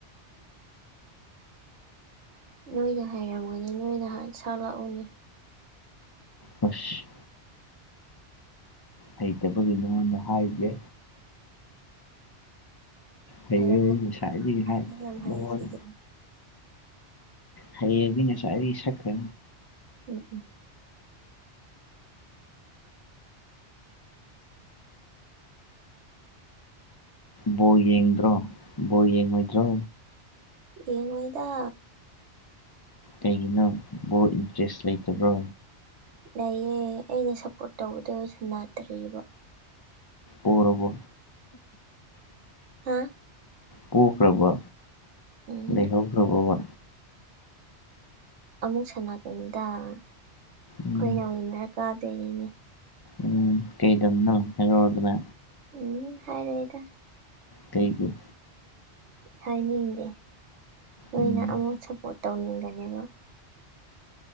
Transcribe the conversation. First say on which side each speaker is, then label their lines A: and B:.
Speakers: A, on the right; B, on the left.
A: ꯅꯣꯏꯅ ꯍꯥꯏꯩꯔꯝꯒꯅꯤ ꯅꯣꯏꯅ ꯁꯥꯠꯂꯛꯎꯅꯦ
B: ꯍꯁ ꯍꯩꯇꯕꯒꯤ ꯅꯉꯣꯟꯗ ꯍꯥꯏꯒꯦ ꯍꯩꯌꯦ
A: ꯍꯩꯔꯝꯒꯅꯤ
B: ꯅꯨꯡꯁꯥꯗꯤ ꯍꯥꯏꯣꯏ
A: ꯌꯥꯝ ꯍꯩ ꯁꯤꯁꯦ
B: ꯍꯥꯏꯌꯦꯗꯤ ꯉꯁ ꯆꯈ꯭ꯔ
A: ꯎꯝ ꯎꯝ
B: ꯕꯣ ꯌꯦꯡꯗ꯭ꯔꯣ ꯕꯣ ꯌꯦꯡꯉꯣꯏꯗ꯭ꯔꯣ
A: ꯌꯦꯡꯉꯣꯏꯗ
B: ꯀꯩꯒꯤꯅ ꯕꯣꯠ ꯏꯟꯇꯔꯦꯁ ꯂꯩꯇꯕ꯭ꯔꯣ
A: ꯂꯩꯌꯦꯦ ꯑꯩꯅ ꯁꯞꯄꯣꯔꯠ ꯇꯧꯕꯗꯁꯨ ꯅꯥꯗ꯭ꯔꯑꯕ
B: ꯑꯣꯔꯕꯔꯕꯣ
A: ꯍꯥꯥ
B: ꯄꯈ꯭ꯔꯕ
A: ꯎꯝ
B: ꯂꯩꯍꯧꯈ꯭ꯔꯕꯕ
A: ꯑꯃꯨꯛ ꯁꯅꯥꯀꯅꯤꯗ ꯑꯩꯈꯣꯏꯅ
B: ꯎꯝ
A: ꯋꯤꯟꯅꯔ ꯀꯥꯗꯣꯏꯔꯤꯅꯦ
B: ꯎꯝ ꯀꯩꯔꯝꯅ ꯍꯥꯏꯗ꯭ꯔ
A: ꯎꯝ ꯍꯥꯏꯔꯣꯏꯗ
B: ꯀꯩꯒꯤ
A: ꯍꯥꯏꯅꯤꯡꯗꯦ ꯅꯣꯏꯅ
B: ꯎꯝ
A: ꯑꯃꯨꯛ ꯁꯞꯄꯣꯔꯠ ꯇꯧꯅꯤꯡꯒꯅꯦꯕ